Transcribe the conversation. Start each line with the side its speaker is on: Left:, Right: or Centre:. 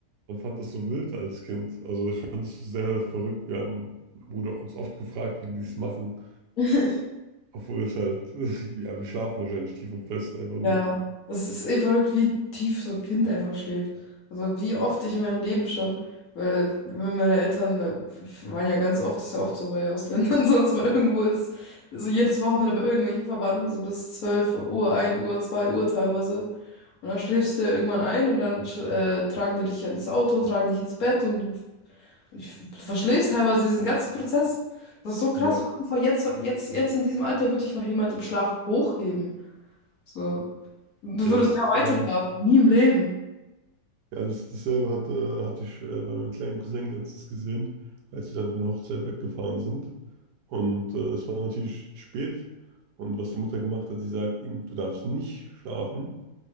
Right: man fand das so wild als Kind. Also ich fand es sehr verrückt. Wir haben, mein Bruder, uns oft gefragt, wie die es machen.
Left: <laughs>
Right: Obwohl es halt, <laughs> ja, wir schlafen wahrscheinlich tief und fest einfach
Left: Ja,
Right: nur.
Left: das ist eh verrückt, wie tief so ein Kind einfach schläft. Also wie oft ich in meinem Leben schon, weil wenn meine Eltern weil, f- waren ja ganz oft, ist ja oft so bei Ausländern <laughs> so, dass man irgendwo ist, so jedes Wochenende bei irgendwelchen Verwandten, so bis 12 Uhr, ein Uhr, 2 Uhr teilweise. Und dann schläfst du ja irgendwann ein und dann schl- äh, tragen die dich ja ins Auto, tragen dich ins Bett und du, du verschläfst teilweise diesen ganzen Prozess. Das ist so krass.
Right: Ja,
Left: Stell dir Vor jetzt, jetzt, jetzt in diesem Alter würde dich noch jemand im Schlaf hochheben. So. Du
Right: ja,
Left: würdest
Right: das
Left: ah,
Right: ist
Left: weiter
Right: ähm,
Left: schlafen. Nie im Leben.
Right: Ja, das, dasselbe hatte, hatte ich äh, bei meinem kleinen Cousin letztens gesehen, als wir dann von der Hochzeit weggefahren sind. Und äh, es war natürlich spät. Und was die Mutter gemacht hat, sie sagt ihm, du darfst nicht schlafen